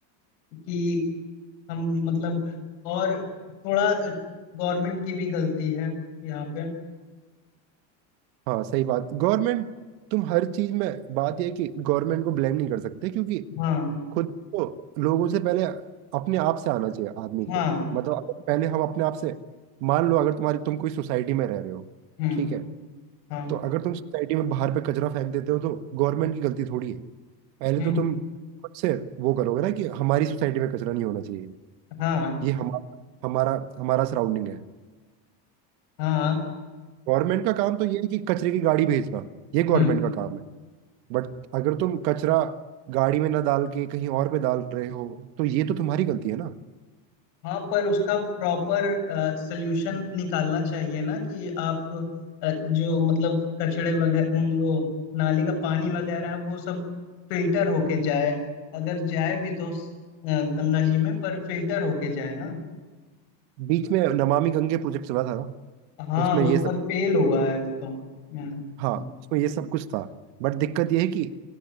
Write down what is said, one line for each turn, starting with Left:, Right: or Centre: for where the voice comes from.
Left: कि हम मतलब और थोड़ा गवर्नमेंट की भी गलती है यहाँ पे
Right: हाँ सही बात गवर्नमेंट तुम हर चीज में बात यह है कि गवर्नमेंट को ब्लेम नहीं कर सकते क्योंकि
Left: हाँ
Right: खुद को लोगों से पहले अपने आप से आना चाहिए आदमी
Left: हाँ
Right: को मतलब अगर पहले हम अपने आप से मान लो अगर तुम्हारी तुम कोई सोसाइटी में रह रहे हो
Left: हम्म
Right: ठीक है
Left: हाँ
Right: तो अगर तुम सोसाइटी में बाहर पे कचरा फेंक देते हो तो गवर्नमेंट की गलती थोड़ी है पहले
Left: हम्म
Right: तो तुम खुद से वो करोगे ना कि हमारी सोसाइटी में कचरा नहीं होना चाहिए
Left: हाँ
Right: ये हमारा हमारा हमारा सराउंडिंग है
Left: हाँ
Right: गवर्नमेंट का काम तो ये है कि कचरे की गाड़ी भेजना ये गवर्नमेंट
Left: हम्म
Right: का काम है बट अगर तुम कचरा गाड़ी में ना डाल के कहीं और पे डाल रहे हो तो ये तो तुम्हारी गलती है ना
Left: हाँ पर उसका प्रॉपर सल्यूशन निकालना चाहिए ना कि आप अ, जो मतलब कचड़े वगैरह वो नाली का पानी वगैरह वो सब फिल्टर होके जाए अगर जाए भी तो स- अ, गंगा जी में पर फिल्टर होके जाए ना
Right: बीच में नमामि गंगे प्रोजेक्ट चला था ना
Left: हाँ
Right: उसमें
Left: वो
Right: ये सब
Left: पर फेल हुआ है वो तो हम्म
Right: हाँ
Left: हम्म।
Right: उसमें ये सब कुछ था बट दिक्कत ये है कि